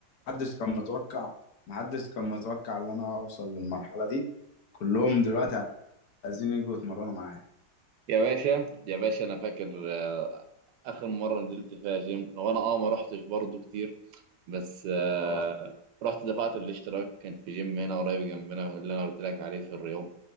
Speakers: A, on the left; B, on the right.
A: محدش كان متوقع محدش كان متوقع ان انا اوصل للمرحله دي كلهم دلوقتي عايزين يجوا يتمرنوا معايا
B: يا باشا يا باشا انا فاكر آه، اخر مره نزلت فيها جيم هو انا اه ما رحتش برضه كتير بس آه،
A: اه
B: رحت دفعت الاشتراك كان في جيم هنا قريب جنبنا اللي انا قلت لك عليه في الرياض